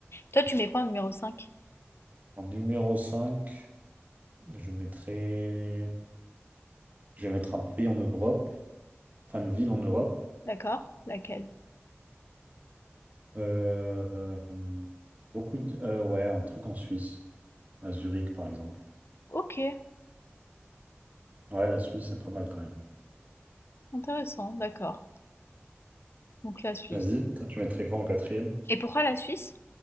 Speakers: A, on the left (about 65°); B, on the right (about 35°).
A: Toi, tu mets quoi en numéro cinq
B: En numéro cinq Je mettrai Je vais mettre un pays en Europe, enfin une ville en Europe.
A: D'accord? Laquelle?
B: Euh, euh, beaucoup de... euh, ouais, un truc en Suisse, à Zurich par exemple.
A: OK,
B: Ouais, la Suisse, c'est pas mal quand même.
A: intéressant, d'accord. Donc la Suisse.
B: Vas-y, toi, tu mettrais quoi en quatrième?
A: Et pourquoi la Suisse,